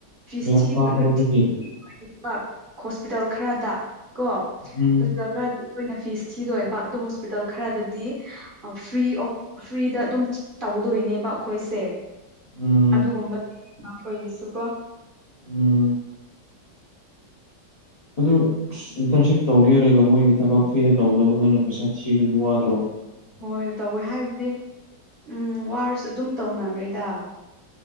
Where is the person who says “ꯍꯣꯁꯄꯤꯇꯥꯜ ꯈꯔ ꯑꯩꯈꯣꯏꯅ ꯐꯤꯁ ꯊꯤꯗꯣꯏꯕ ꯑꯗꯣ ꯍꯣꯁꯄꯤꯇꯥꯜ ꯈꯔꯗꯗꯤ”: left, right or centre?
Right